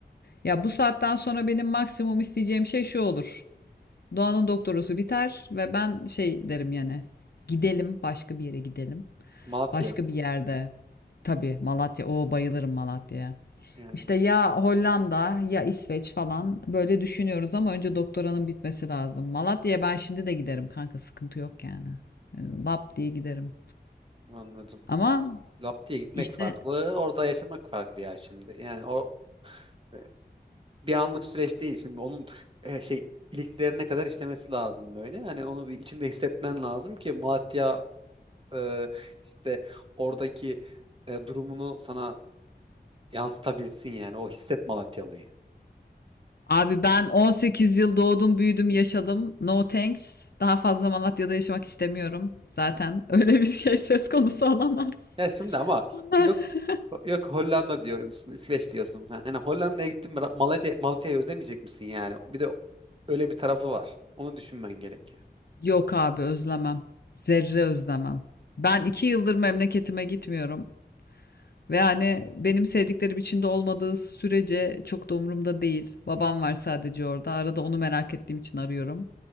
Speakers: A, on the left; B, on the right.
A: Ya bu saatten sonra benim maksimum isteyeceğim şey şu olur. Doğan'ın doktorası biter ve ben şey derim yani. Gidelim başka bir yere gidelim.
B: Malatya
A: Başka bir yerde. Tabii Malatya. Oo bayılırım Malatya'ya.
B: yani
A: İşte ya Hollanda ya İsveç falan böyle düşünüyoruz ama önce doktoranın bitmesi lazım. Malatya'ya ben şimdi de giderim kanka sıkıntı yok yani. Yani Lap diye giderim.
B: anladım.
A: Ama
B: Lap diye gitmek
A: işte
B: farklı, orada yaşamak farklı ya şimdi. Yani o e, bir anlık süreç değil şimdi onun e, şey iliklerine kadar işlemesi lazım böyle. Hani onu bir içinde hissetmen lazım ki Malatya e, işte oradaki e, durumunu sana yansıtabilsin yani. O hisset Malatyalı'yı.
A: Abi ben 18 yıl doğdum, büyüdüm, yaşadım. No thanks. Daha fazla Malatya'da yaşamak istemiyorum. Zaten <laughs> öyle bir şey söz konusu olamaz.
B: Ya şimdi ama
A: <laughs>
B: yok yok Hollanda diyorsun, İsveç diyorsun falan. Yani Hollanda'ya gittin mi Ra- Malatya, Malatya'yı özlemeyecek misin yani? Bir de öyle bir tarafı var. Onu düşünmen gerekiyor.
A: Yok abi özlemem. Zerre özlemem. Ben iki yıldır memleketime gitmiyorum. Ve hani benim sevdiklerim içinde olmadığı sürece çok da umurumda değil. Babam var sadece orada. Arada onu merak ettiğim için arıyorum.